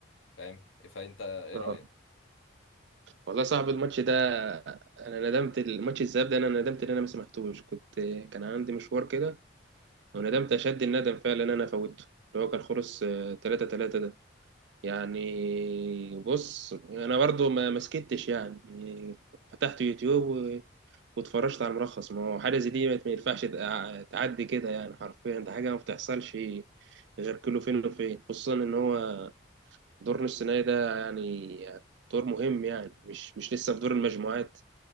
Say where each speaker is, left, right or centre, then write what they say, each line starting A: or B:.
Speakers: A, on the left; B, on the right.
A: فاهم فانت ايه
B: اه
A: رايك
B: والله صاحب الماتش ده انا ندمت الماتش الذهاب ده انا ندمت ان انا ما سمعتوش كنت كان عندي مشوار كده وندمت اشد الندم فعلا ان انا فوتته اللي هو كان خلص 3 3 ده يعني بص انا برضو ما مسكتش يعني فتحت يوتيوب و- واتفرجت على الملخص ما هو حاجه زي دي ما ما ينفعش تع- تعدي كده يعني حرفيا ده حاجه ما بتحصلش غير كله فين وفين خصوصا ان هو دور نص نهائي ده يعني دور مهم يعني مش مش لسه في دور المجموعات